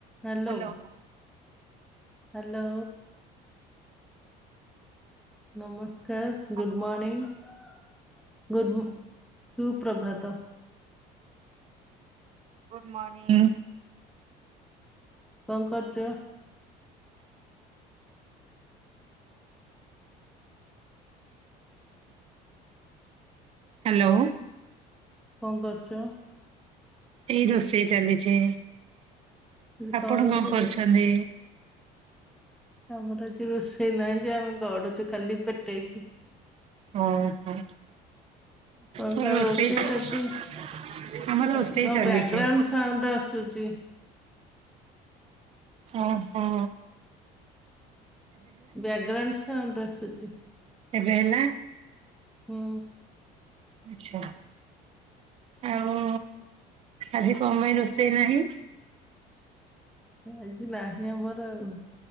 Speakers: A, in the centre; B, on the right.
A: Hello.
B: Hello
A: hello. ନମସ୍କାର
B: hello
A: good morning. Good ସୁପ୍ରଭାତ
B: good morning.
A: କଂ କରୁଚ
B: ହ୍ୟାଲୋ।
A: କଣ କରଛ?
B: ଏଇ ରୋଷେଇ ଚାଲିଛି
A: ଆଜି
B: ଆପଣ
A: ରୋଷେଇ
B: କଣ କରୁଛନ୍ତି?
A: ଅମରାଜ ରୋଷେଇ ନା ଯମେ ଗୋଡଚ ଖାଲି ପଟେ କି
B: ହଁ ହୋଁ।
A: ଆପଣ
B: ହୁଁ
A: କଣ ରୋଷେଇ
B: ସେଇଟା <unintelligible>
A: କରିଛନ୍ତି
B: ଆମର ରୋଷେଇ
A: ଆଉ କଣ
B: ଚାଲିଛି।
A: ବ୍ୟାକଗ୍ରାଉଣ୍ଡ ସାଉଣ୍ଡ ଆସୁଛି
B: ଓ ହୋ।
A: ବ୍ୟାକ୍ଗ୍ରାଉଣ୍ଡ ସାଉଣ୍ଡ ଆସୁଛି।
B: ଏବେ ହେଲା।
A: ହଁ।
B: ଆଛା। ଆଉ ଆଜି କଣ ପାଇଁ ରୋଷେଇ ନାହିଁ?
A: ଆଜି ନାହିଁ ଆମର ଆଉ।